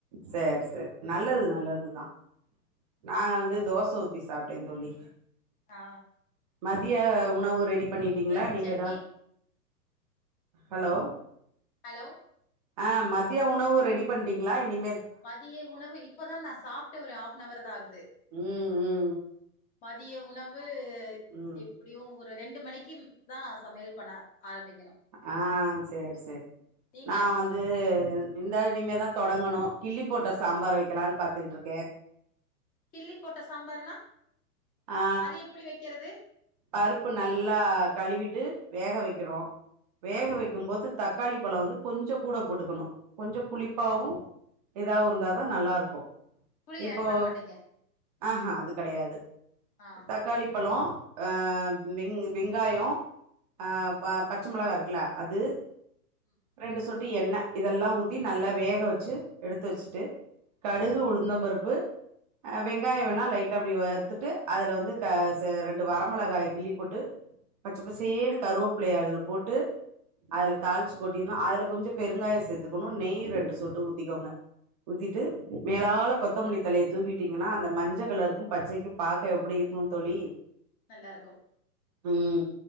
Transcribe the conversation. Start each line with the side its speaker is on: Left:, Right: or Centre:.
Right: சேர் சேர் நல்லது நல்லதுதா நாங்க வந்து தோச ஊத்தி சாப்ட்டே தோழி
Left: ஆ
Right: மதிய உணவு ரெடி பண்ணிட்டீங்ளா
Left: தோச
Right: இனிமேதா
Left: சட்னி
Right: ஹலோ
Left: ஹலோ
Right: ஆ மதிய உணவு ரெடி பண்டிங்ளா இனி
Left: மதிய உணவு இப்பதா நா சாப்ட்டு ஒரு ஹாப் நவர் தா ஆகுது
Right: உம் உம்
Left: மதிய உணவு இப்
Right: ம்
Left: எப்படியு ஒரு ரெண்டு மணிக்கு தா சமையல் பண்ண ஆரம்பிக்கணு
Right: ஆ சேர் சேர்
Left: நீங்க
Right: நா வந் து விந்தா இனிமே தா தொடங்கணு கிள்ளி போட்ட சாம்பார் வெக்கலான்னு பாத்துட்டு இருக்கே <inaudible>
Left: கிள்ளி போட்ட சாம்பார்னா
Right: ஆ
Left: அது எப்புடி வெக்கிறது
Right: பருப்பு நல்லா கழுவிட்டு வேக வெக்கிறோ வேக
Left: ஆ
Right: வெக் கும் போது தக்காளி பழோ வந்து கொஞ்சோ கூட போட்டுக்கணு கொஞ்சோ புளிப்பாவும் எதாவு இருந்தாதா நல்லா இருக்கும்
Left: புளி
Right: இப்போ
Left: ஆட் பண்ண மாட்டீங்க
Right: ஆ ஹா அது கெடையாது
Left: ஆ
Right: தக்காளி பழோ அ வெங் வெங்காயோ ஆ பச்ச மொளகா இருக்குல்ல அது
Left: ம்
Right: ரெண்டு சொட்டு எண்ணெ இதெல்லா ஊத்தி நல்லா வேக வச்சு எடுத்து வச்சுட்டு
Left: ம்
Right: கடுகு
Left: ம்
Right: உளுந்தம்பருப்பு அ வெங்காயம்
Left: ம்
Right: வேணா லைட்டா அப்புடி வறுத்துட்டு அதுல வந்து க ச ரெண்டு வரமிளகாய கிள்ளி போட்டு பச்சை
Left: ம்
Right: பசேன்னு கருவாப்பிள்ளைய அதுல போட்டு அதுல
Left: நல்லாருக்கு
Right: தாளிச்சு அப்டின்னா அதுல கொஞ்சோ பெருங்காயம் சேத்துணு நெய் ரெண்டு சொட்டு ஊத்திகோங்க ஊத்திட்டு மேலாலவுல கொத்தமல்லி தலைய தூவிட்டீங்கன்னா அந்த மஞ்சள் கலருக்கும் பச்சைக்கும் பாக்க எப்டி இரு கும் தோழி
Left: நல்லா இருக்கும்
Right: உம்